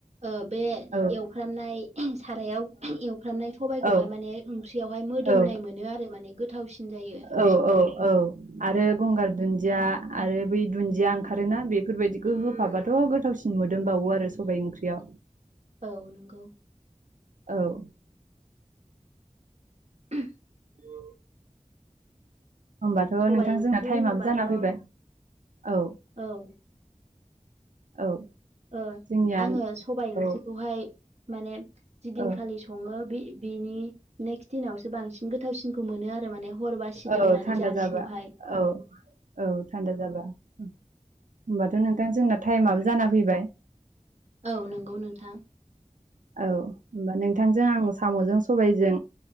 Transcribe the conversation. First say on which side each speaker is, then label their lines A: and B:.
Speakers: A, on the right; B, on the right.
A: ओ बे
B: औ
A: एवफ्रामनाय सारायाव एवफ्रामनाय सबाइखौहाय
B: औ
A: माने ओंख्रियावहाय मोदोमनाय
B: औ
A: मोनो आरो माने गोथावसिन जायो
B: औ औ औ आरो गंगार दुन्दिया आरो बै दुन्दिया ओंखारोना बेफोरबायदिखौ होफाबाथ गोथावसिन मोन मोदोमबावो आरो सबाइ ओंख्रियाव
A: औ नंगौ
B: औ
A: <inaudible>
B: औ होमबाथ
A: सबाय
B: नोंथां
A: ओंख्रि
B: जोंना टाइमाबो
A: होनोबाथ'
B: जाना फैबाय औ।
A: औ
B: औ।
A: ओ
B: जोंनिया
A: आंङो सबाय ओंख्रिखौहाय
B: औ
A: माने जिदिनखालि
B: औ
A: सङो बे बेनि नेक्स्ट दिनावसो बांसिन गोथावसिन खौ मोनो आरो माने हर बासि
B: औ
A: दोननानै
B: थान्दा
A: जानायखौहाय।
B: जाबा औ औ थान्दा जाबा होमबाथ नों थां जोंना थाइमाबो जाना फैबाय।
A: औ नंगौ नोंथां।
B: औ होमबा नोंथांजों आं सामजों सबाइजों